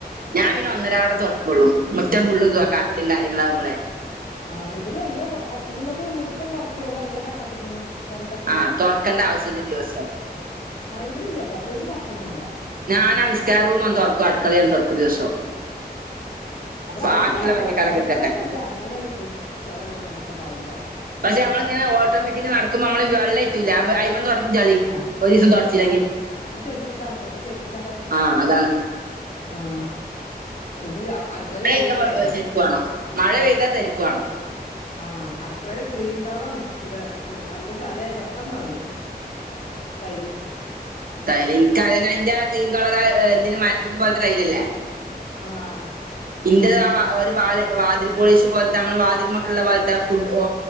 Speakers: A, on the right; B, on the left.
A: ഞാൻ പിന്നെ ഒന്നരാടം തൊടക്കുള്ളൂ മുറ്റം പുള്ള
B: ഞാ
A: കട്ടേമം കാര്യങ്ങളാകുമ്പോളേ.
B: ആഹ് ഇവിടെ നല്ല നല്ലത് മുറ്റം കുറച്ചല്ലൂ നല്ല കട്ടട്ടക്കണ്. ഫ്രണ്ട്ക്കെ
A: ആഹ് തൊടക്കണ്ട ആവശ്യല്ല ദിവസം
B: ആ ഇവിടെയും ചേട്ടാ ദിവസം തൊടക്കൊന്നുംല്ല.
A: ഞാൻ അനസ്കാരൂൻ തുറക്കും അടുക്കള ൻ തുറക്ക ദിവസം.
B: ഇവിടെ
A: ബാക്കിയുള്ള
B: അയിന്റെയാ ആവശ്യം
A: പണിയൊക്കെ
B: അടുക്കളേും
A: എടുക്കട്ടെ
B: ഇല്ല അങ്ങനെ ഒരു ചളിയൊന്നും പെട്ടന്നാവില്ല.
A: പക്ഷെ നമ്മളിങ്ങനെ ഓട്ടോമാറ്റി നടക്കുമ്പോ നമ്മള് വെള്ളംയറ്റൂല അയ്മന്ന് <unintelligible> റഞ്ഞു ചളി.
B: ആഹ്
A: ഒരീസം തൊടച്ചില്ലെങ്കി
B: ഞാൻ ഞാൻ ചെരിപ്പിട്ട നടക്കൊക്കെ ചെരിപ്പ് ഞാൻ പറ്റില്ലല്ലോ
A: ആഹ്
B: അല്ലാ.
A: അതാണ്
B: ആഹ. പിന്നെ അടുക്കള
A: മഴ പെയ്താ
B: വെള്ളഡെയിലാ
A: ചെരുപ്പ് വേണം മഴ പെയ്താ തെരുപ്പ് വേണം
B: ആഹ അടുക്കളയില് ക്രീം കളറാണ് എന്റെ നല്ല ചലിയായ പെട്ടെന്ന് അറിയും. കൈല്.
A: അ എനക്ക് അ അതിന്റെകളർ എന്തിന മരത്തിന് പോലത്തെ ടൈനല്ലേ?
B: ആഹ.
A: ഇന്റെത ഒരു വാ വാതിൽ പോളീച്ച പോലത്തെ നമ്മള് വാതിൽ മക്കളുള്ള പോലത്തെ ഫുഡ് ഓ